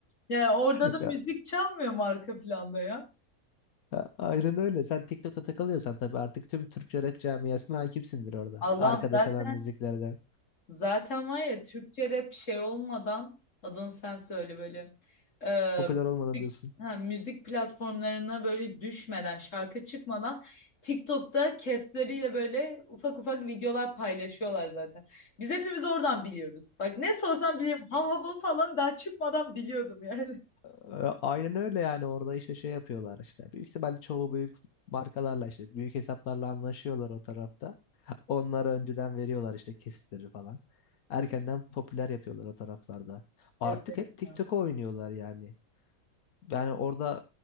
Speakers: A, on the left; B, on the left.
A: Yani orada da müzik
B: Ya,
A: çalmıyor mu arka planda ya?
B: a- aynen öyle. Sen TikTok'ta takılıyorsan tabii artık tüm Türkçe rap camiasına hakimsindir orada.
A: Allah'ım
B: Arkada
A: zaten
B: çalan müziklerden.
A: Zaten var ya Türkçe rap şey olmadan adını sen söyle böyle. Ee,
B: Popüler olmadan
A: müzik,
B: diyorsun.
A: ha, müzik platformlarına böyle düşmeden şarkı çıkmadan TikTok'ta kesleriyle böyle ufak ufak videolar paylaşıyorlar zaten. Biz hepimiz oradan biliyoruz. Bak ne sorsam bilirim. Hav hav falan daha çıkmadan biliyordum yani. <laughs>
B: E, Aynen öyle yani orada işte şey yapıyorlar işte. Büyük ihtimal çoğu büyük markalarla işte büyük hesaplarla anlaşıyorlar o tarafta. Onlara önceden veriyorlar işte kesitleri falan. Erkenden popüler yapıyorlar o taraflarda.
A: Evet.
B: Artık hep TikTok'a
A: ya.
B: oynuyorlar yani. Yani orada